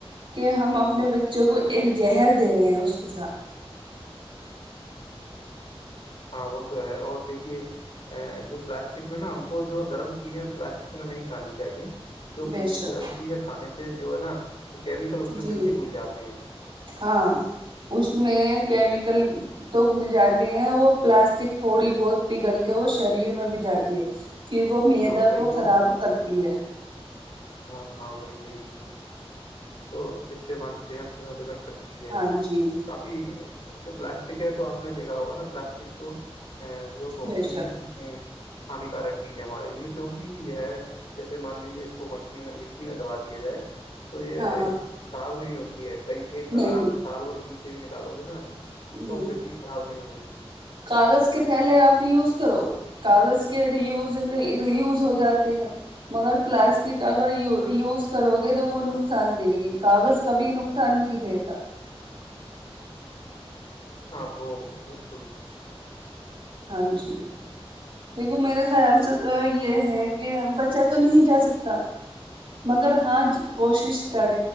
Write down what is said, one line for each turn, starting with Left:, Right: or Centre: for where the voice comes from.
Right: کہ ہم اپنے بچوں کو ایک زہر دے رہے ہیں اس کے ساتھ
Left: ہاں وہ تو ہے اور دیکھیے جو پلاسٹک میں نا ہم کو جو گرم چیزیں پلاسٹک میں نہیں کھانی چاہیے کیونکہ
Right: بے شک
Left: گرم چیزیں کھانے سے جو ہے نا کیمیکل اس میں
Right: جی
Left: جلدی گل جاتے ہیں
Right: ہاں اس میں کیمیکل تو گھل جاتی ہیں وہ پلاسٹک تھوڑی بہت پگل کے وہ شریر میں بھی جاتی ہے پھر وہ معیدا
Left: ہاں وہی
Right: کو
Left: تو
Right: خراب کرتی ہے
Left: ہاں ہاں وہی وہی ت تو اس سے ہماری صحت جو ہے بگڑ سکتی ہے
Right: ہاں جی
Left: کافی پلاسٹک ہے تو آپ نے دیکھا ہوگا نا پلاسٹک تو ا جو بہت
Right: بے شک
Left: ہی ہانیکارک چیز ہے ہمارے لیے کیونک یہ جیسے مان لیجیے اس کو م مٹی میں دبا دیا جائے تو یہ
Right: ہاں
Left: خراب نہیں ہوتی ہے کئی ایک
Right: نہیں
Left: اگر آپ سال ب پیچھے بھی نکالو گے نا تو
Right: ہ
Left: پھر بھی خراب نہیں ہوگی
Right: کاغذ کے تھیلے آپ یوز کرو کاغذ کے ریوز میں ریوز ہو جاتے ہیں مگر پلاسٹک اگر یوز کرو گے تو وہ نقصان دے گی کاغذ کا بھیھی نقان سن ہی دیکتا
Left: ہاں بالکل
Right: ہاں جی دیکھو میرے خیال سے تو یہ ہے کہ بچہ تو نہیں جا سکتا مگر ہاں کوشش کر